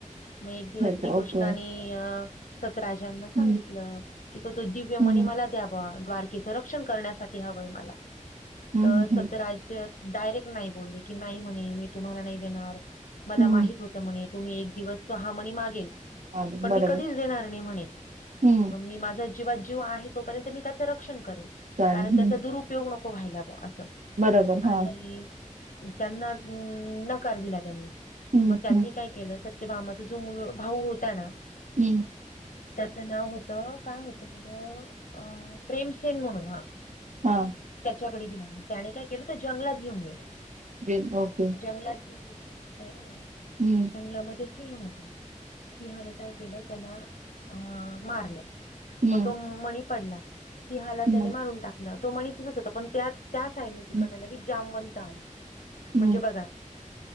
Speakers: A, on the left; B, on the right.
A: मग एक दिवस
B: ह्याचं.
A: श्रीकृष्णानि
B: ओके
A: अ सतराजांना
B: हम्म
A: सांगितलं की तो दिव्यमनी
B: हम्म
A: मला द्या बुवा द्वारकेच्या रक्षण करण्यासाठी हवंय मला
B: हम्म
A: तर
B: हम्म
A: सत्यराज्यत डायरेक्ट नाय बोलले की नाही म्हणे मी तुम्हाला नाही देणार मला
B: हम्म.
A: माहित होत म्हणे तुम्ही एक दिवस तो हा म्हणी मागेल
B: आलं.
A: पण
B: बरोबर
A: मी कधीच देणार नाही म्हणे
B: हम्म
A: मग मी माझा जीवात जीव आहे तोपर्यंत मी त्याचं रक्षण करेल
B: चालेल
A: कारण
B: हम्म.
A: त्याचा दूर उपयोग नको व्हायला बुवा असं
B: बरोबर हा
A: आणि त्यांना नकार दिला त्यांनी
B: हम्म
A: म त्यांनी
B: हम्म
A: काय केलं तर ते मामाचा जो मु भाऊ होता ना
B: हू
A: त्याच नाव होतं काय होतं बरं अ प्रेमशेन म्हणून हा
B: हां
A: त्याच्याकडे दिला ना त्याने काय केलं तर जंगलात घेऊन गेल
B: बीन ओके
A: जंगलात घेऊन गेल्यानंतरन
B: हू
A: जंगलामध्ये सिंह होता सिंहाने काय केलं त्याला अ मारलं
B: हं,
A: मग तो मणी पडला सिंहाला
B: हं,
A: त्याने मारून टाकलं तो मणी तिथच होता पण त्यात त्या साईडनी तीकडनं
B: हं,
A: लगे जामवंत आलं <unintelligible>
B: हं,
A: म्हणजे बघा